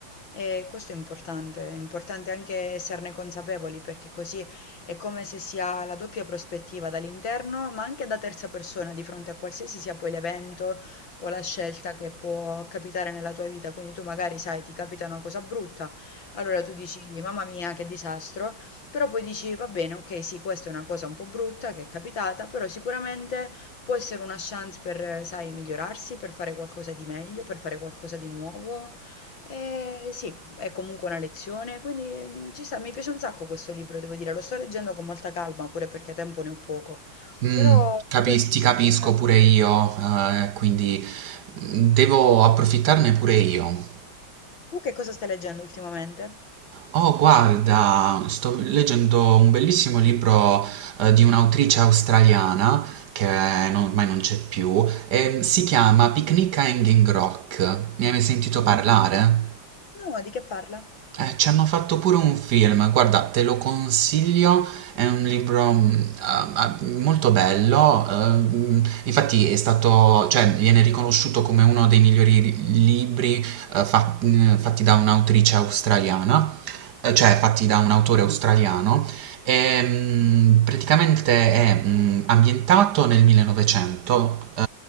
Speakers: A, on the left; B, on the right.
A: E questo è importante, è importante anche esserne consapevoli perché così è come se si ha la doppia prospettiva dall'interno, ma anche da terza persona di fronte a qualsiasi sia poi l'evento o la scelta che può capitare nella tua vita. Quindi tu magari sai, ti capita una cosa brutta, allora tu dici, mamma mia, che disastro, però poi dici, va bene, ok, sì, questa è una cosa un po' brutta che è capitata, però sicuramente può essere una chance per, sai, migliorarsi, per fare qualcosa di meglio, per fare qualcosa di nuovo eh, sì, è comunque una lezione, quindi mm, ci sta, mi piace un sacco questo libro, devo dire, lo sto leggendo con molta calma, pure perché tempo ne ho poco,
B: Mm,
A: però ad
B: capis-
A: oggi
B: ti
A: sì,
B: capisco
A: mi piace.
B: pure io, eh, quindi mm, devo approfittarne pure io.
A: Tu che cosa stai leggendo ultimamente?
B: Oh, guarda, sto leggendo un bellissimo libro eh, di un'autrice australiana che non- ormai non c'è più, e si chiama Picnic a Hanging Rock. Ne hai mai sentito
A: Mhm.
B: parlare?
A: No, di che parla?
B: Eh, ci hanno fatto pure un film, guarda, te lo consiglio, è un libro mh, ah, ah, molto bello, ehm, infatti è stato, cioè, viene riconosciuto come uno dei migliori ri- libri eh, fa- mh, fatti da un'autrice australiana, eh, cioè fatti da un autore
A: Mm.
B: australiano, Ehm, praticamente è mh, ambientato nel 1900 eh,